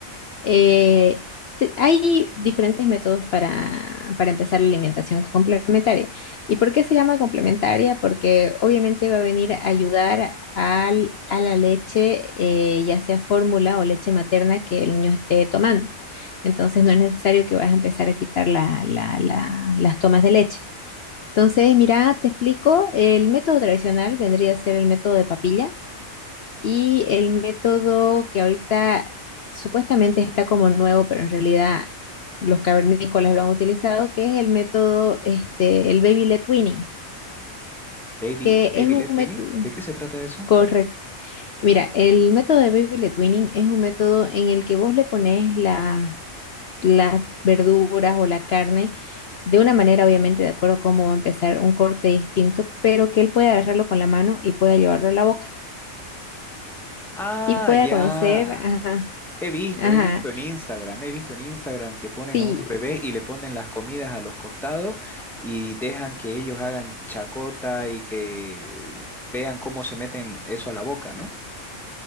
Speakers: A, on the left; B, in the centre.
A: Eh, te- hay diferentes métodos para, para empezar la alimentación complementaria. ¿Y por qué se llama complementaria? Porque obviamente va a venir a ayudar al- a la leche, eh, ya sea fórmula o leche materna que el niño esté tomando. Entonces no es necesario que vayas a empezar a quitar la- la- la- las tomas de leche. Entonces, mira, te explico, el método tradicional vendría a ser el método de papilla y el método que ahorita supuestamente está como nuevo, pero en realidad los cavernícolas lo han utilizado, que es el método, este, el baby led weaning,
B: Baby,
A: que
B: Baby
A: es un
B: Led
A: método
B: Winnie, ¿de qué se trata eso?
A: correcto. Mira, el método de baby led weaning es un método en el que vos le pones la- las verduras o la carne de una manera, obviamente, de acuerdo a cómo va a empezar un corte distinto, pero que él pueda agarrarlo con la mano y pueda llevarlo a la boca
B: Ah,
A: y pueda
B: ya.
A: conocer, ajá,
B: He visto,
A: ajá.
B: he visto en Instagram, he visto en Instagram que ponen
A: Sí,
B: a unos bebés y le ponen las comidas a los costados y dejan que ellos hagan chacota y que vean cómo se meten eso a la boca, ¿no?